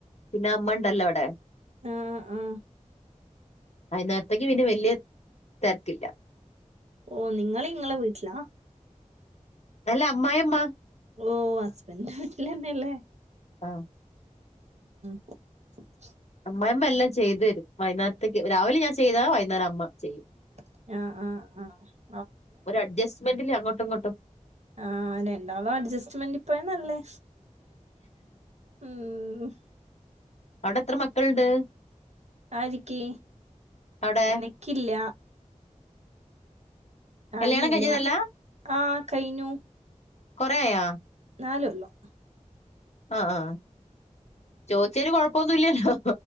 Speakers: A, on the left; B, on the right.
A: പിന്നെ അമ്മ ഉണ്ടല്ലോ അ <unintelligible> ടെ
B: ആ ആ
A: വയിന്നേരത്തേക്ക് പിന്നേ വല്ല്യാ തെരക്കില്ല.
B: ഓ നിങ്ങൾ ഇങ്ങള വീട്ടിലാ
A: അല്ല അമ്മായിമ്മ.
B: ഓ ഹസ്ബന്റെ വീട്ടിലന്നെല്ലേ.
A: ആ
B: <inaudible>
A: അമ്മായിമ്മ എല്ലാം ചെയ്ത് തരും വൈകുന്നേരത്തേക്ക് രാവിലെ ഞാൻ ചെയ്താ വൈകുന്നേരം അമ്മ ചെയ്യും.
B: അഅഅ
A: ഒരു അഡ്ജസ്റ്റ്മെന്റിൽ അങ്ങോട്ട് ഇങ്ങോട്ടും.
B: ആ രണ്ടാളും അഡ്ജസ്റ്റ്മെൻ്റ് പ്പോയാ നല്ലേ. ഉം
A: അഔടെ എത്ര മക്കള്ണ്ട്.
B: ആരിക്കി
A: അവിടെ
B: എനക്കില്ല.
A: കല്യാണം
B: ആയിനില്ല
A: കഴിഞ്ഞതല്ല
B: ആ കയ്ഞ്ഞു.
A: കൊറെയാ
B: നാല്കൊല്ലം.
A: ആ ആ ചോദിചെന് കൊഴപ്പൊന്നുല്ല്യല്ലോ.